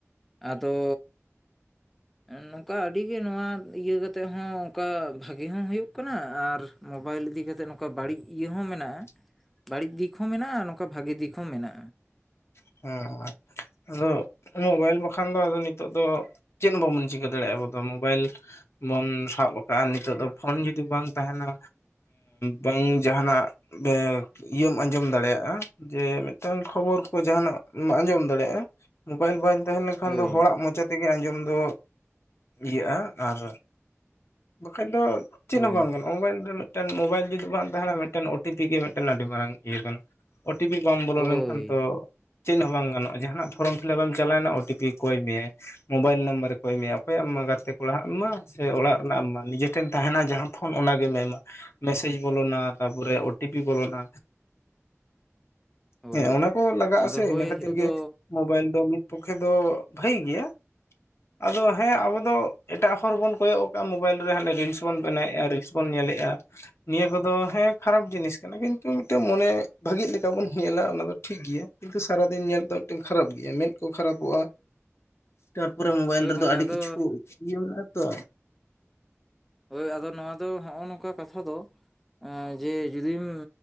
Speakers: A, in the centre; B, on the left.
A: ᱟᱫᱚ ᱱᱚᱝᱠᱟ ᱟᱹᱰᱤ ᱜᱮ ᱱᱚᱣᱟ ᱤᱭᱟᱹ ᱠᱟᱫ ᱛᱮ ᱦᱚᱸ ᱚᱱᱠᱟ ᱵᱷᱟᱜᱤ ᱦᱚᱸ ᱦᱩᱭᱩᱜ ᱠᱟᱱᱟ ᱟᱨ ᱢᱳᱵᱟᱭᱤᱞ ᱤᱫᱤ ᱠᱟᱛᱮ ᱱᱚᱝᱠᱟ ᱵᱟᱹᱲᱤᱡ ᱤᱭᱟᱹ ᱦᱚᱸ ᱢᱮᱱᱟᱜᱼᱟ
B: <inaudible>
A: ᱵᱟᱹᱲᱤᱡ ᱫᱤᱠ ᱦᱚᱸ ᱢᱮᱱᱟᱜᱼᱟ ᱱᱚᱝᱠᱟ ᱵᱷᱟᱜᱤ ᱫᱤᱠ ᱦᱚᱸ ᱢᱮᱱᱟᱜᱼᱟ
B: ᱦᱩᱸ ᱟᱫᱚ ᱢᱳᱵᱟᱭᱤᱞ ᱵᱟᱠᱷᱟᱱ ᱫᱚ ᱟᱫᱚ ᱱᱤᱛᱚᱜ ᱫᱚ ᱪᱮᱫ ᱦᱚᱸ ᱵᱟᱵᱚᱱ ᱪᱤᱠᱟᱹ ᱫᱟᱲᱮᱭᱟᱜᱼᱟ ᱟᱵᱚ ᱫᱚ ᱢᱳᱵᱟᱭᱤᱞ ᱵᱚᱱ ᱥᱟᱵ ᱟᱠᱟᱜᱼᱟ ᱱᱤᱛᱚᱜ ᱫᱚ ᱯᱷᱳᱱ ᱡᱩᱫᱤ ᱵᱟᱝ ᱛᱟᱦᱮᱱᱟ ᱵᱟᱝ ᱡᱟᱦᱟᱱᱟᱜ ᱵᱮᱠ ᱤᱭᱟᱹᱢ ᱟᱸᱡᱚᱢ ᱫᱟᱲᱮᱭᱟᱜᱼᱟ ᱡᱮ ᱢᱤᱫᱴᱟᱝ ᱠᱷᱚᱵᱚᱨ ᱠᱚ ᱡᱟᱦᱟᱱᱟᱜ ᱟᱸᱡᱚᱢ ᱫᱟᱲᱮᱭᱟᱜᱼᱟ ᱢᱳᱵᱟᱭᱤᱞ ᱵᱧ ᱛᱟᱦᱮᱸ ᱞᱮᱱᱠᱷᱟᱱ
A: ᱦᱳᱭ
B: ᱫᱚ ᱦᱚᱲᱟᱜ ᱢᱚᱪᱟᱛ ᱛᱮᱜᱮ ᱟᱸᱡᱚᱢ ᱫᱚ ᱤᱭᱟᱹᱜᱼᱟ ᱟᱨ ᱵᱟᱠᱷᱟᱡ ᱫᱚ ᱪᱮᱫ
A: ᱦᱳᱭ
B: ᱦᱚᱸ ᱵᱟᱝ ᱠᱟᱱᱼᱟ ᱢᱳᱵᱟᱭᱤᱞ ᱨᱮ ᱢᱤᱫᱴᱮᱱ ᱢᱳᱵᱟᱭᱤᱞ ᱡᱩᱫᱤ ᱵᱟᱝ ᱛᱟᱦᱮᱱᱟ ᱢᱤᱫᱴᱮᱱ ᱩᱰᱤ ᱯᱤ ᱜᱮ ᱢᱤᱫᱴᱮᱱ ᱟᱹᱰᱤ ᱢᱟᱨᱟᱝ ᱤᱭᱟᱹ ᱠᱟᱱᱟ ᱳ ᱴᱤ ᱯᱤ ᱵᱟᱢ ᱵᱚᱞᱚ
A: ᱦᱳᱭ
B: ᱞᱮᱱᱠᱷᱟᱱ ᱛᱚ ᱪᱮᱫ ᱦᱚᱸ ᱵᱟᱝ ᱜᱟᱱᱚᱜᱼᱟ ᱡᱟᱦᱟᱱᱟᱜ ᱯᱷᱚᱨᱚᱢ ᱯᱷᱤᱞᱟᱯ ᱮᱢ ᱪᱟᱞᱟᱣ ᱮᱱᱟ ᱳ ᱴᱤ ᱯᱤ ᱠᱚᱭ ᱢᱮᱟᱭ ᱢᱳᱵᱟᱭᱤᱞ ᱱᱟᱢᱵᱟᱨ ᱨᱮ ᱠᱚᱭ ᱢᱮᱭᱟ ᱚᱠᱚᱭᱟᱜ ᱮᱢᱟ ᱜᱟ ᱜᱟᱛᱮ ᱠᱚᱲᱟ ᱦᱟᱜ ᱮᱢᱟᱜ-ᱟ ᱥᱮ ᱚᱲᱟᱜ ᱚᱲᱟᱜ ᱮᱢᱟ ᱱᱤᱡᱮ ᱴᱷᱮᱱ ᱛᱟᱦᱮᱱᱟ ᱡᱟᱦᱟᱸ ᱯᱷᱚᱱ ᱚᱱᱟ ᱜᱮᱢ ᱮᱢᱟ ᱢᱮᱥᱡᱽ ᱵᱚᱞᱚᱱᱟ ᱛᱟᱨᱯᱚᱨᱮ ᱳ ᱴᱤ ᱯᱤ ᱵᱚᱞᱚᱱᱟ
A: ᱦᱳᱭ
B: ᱦᱮᱸ ᱚᱱᱟ ᱠᱚ ᱞᱟᱜᱟᱜ-ᱟ
A: ᱟᱫᱚ
B: ᱥᱮ
A: ᱦᱳᱭ
B: ᱤᱱᱟᱹ ᱠᱷᱟᱹᱛᱤᱨ
A: ᱱᱤᱛᱚᱜ
B: ᱜᱮ
A: ᱫᱚ
B: ᱢᱳᱵᱟᱭᱤᱞ ᱫᱚ ᱢᱤᱫ ᱯᱚᱠᱷᱮ ᱫᱚ ᱵᱷᱟᱹᱜᱤ ᱜᱮᱭᱟ᱾ ᱟᱫᱚ ᱦᱮᱸ ᱟᱵᱚ ᱫᱚ ᱮᱴᱟᱜ ᱦᱚᱲ ᱵᱚᱱ ᱠᱚᱭᱚᱜᱼᱼ ᱚᱠᱟ ᱢᱳᱵᱟᱭᱤᱞ ᱨᱮ ᱦᱟᱱᱮ ᱨᱤᱞᱥ ᱵᱚᱱ ᱵᱮᱱᱟᱣᱮᱜ-ᱟ ᱨᱤᱞᱥ ᱵᱚᱱ ᱧᱮᱞᱮᱜ-ᱟ᱾ ᱱᱤᱭᱟᱹ ᱠᱚᱫᱚ ᱦᱮᱸ ᱠᱷᱟᱨᱟᱯ ᱡᱤᱱᱤᱥ ᱠᱟᱱᱟ ᱠᱤᱱᱛᱩ ᱢᱤᱫᱴᱮᱱ ᱢᱚᱱᱮ ᱵᱷᱟᱹᱜᱤ ᱞᱮᱠᱟ ᱵᱚᱱ ᱧᱮᱞᱟ ᱚᱱᱟ ᱫᱚ ᱴᱷᱤᱠ ᱜᱮᱭᱟ᱾ ᱠᱤᱱᱛᱩ ᱥᱟᱨᱟ ᱫᱤᱱ ᱧᱮᱞ ᱫᱚ ᱢᱤᱫᱴᱤᱡ ᱠᱷᱟᱨᱟᱯ ᱜᱮᱭᱟ ᱢᱮᱸᱫ ᱠᱚ ᱠᱷᱟᱨᱟᱯᱚᱜ-ᱟ᱾ ᱛᱟᱨᱯᱚᱨᱮ ᱢᱳᱵᱟᱭᱤᱞ
A: ᱦᱳᱭ
B: ᱨᱮᱫᱚ
A: ᱜᱚᱝᱠᱮ
B: ᱟᱹᱰᱤ
A: ᱟᱫᱚ
B: ᱠᱤᱪᱷᱩ ᱤᱭᱟᱹ ᱢᱮᱱᱟᱜ-ᱟ ᱛᱚ᱾
A: ᱦᱳᱭ ᱟᱫᱚ ᱱᱚᱣᱟ ᱫᱚ ᱦᱚᱸᱜ-ᱚ ᱱᱚᱝᱠᱟ ᱠᱟᱛᱷᱟ ᱫᱚ ᱟᱻ ᱡᱮ ᱡᱩᱫᱤᱢ